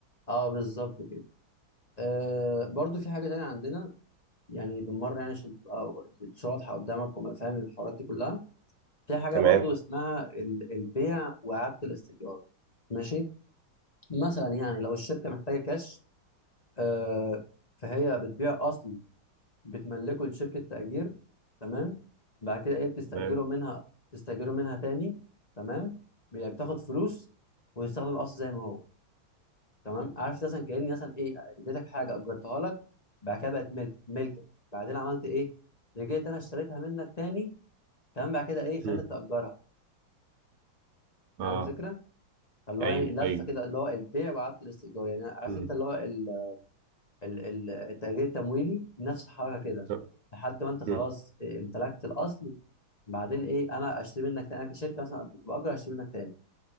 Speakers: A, on the left (about 25°); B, on the right (about 65°).
A: اه بالظبط كده آه برضو في حاجه تانية عندنا يعني بالمره يعني عشان تبقى الدشة واضحه قدامك وما فاهم الحوارات دي كلها في حاجه
B: تمام
A: برضو اسمها ال- البيع واعاده الاستئجار ماشي مثلا يعني لو الشركه محتاجه كاش آه فهي بتبيع اصل بتملكه لشركه تاجير تمام بعد كده ايه بتستاجره
B: تمام
A: منها تستاجره منها تاني تمام بي- بتاخد فلوس ويستخدم الاصل زي ما هو تمام عارف مثلا كاني مثلا ايه اديتك حاجه اجرتها لك بعد كده بقت ملك ملكك بعدين عملت ايه رجعت انا اشتريتها منك تاني تمام بعد كده ايه خليتك
B: مم.
A: تاجرها
B: اه
A: فاهم الفكره فاللي
B: ايوه
A: هو يعني لفه
B: ايوه
A: كده اللي هو البيع وعدم الاستئجار يعني عارف
B: مم.
A: انت اللي هو ال- ال- ال- التأجير التمويلي نفس الحركه كده
B: لا.
A: لحد ما انت خلاص
B: مم.
A: إيه، امتلكت الاصل بعدين ايه انا اشتري منك تاني انا كشركه مثلا كنت باجر اشتري منك تاني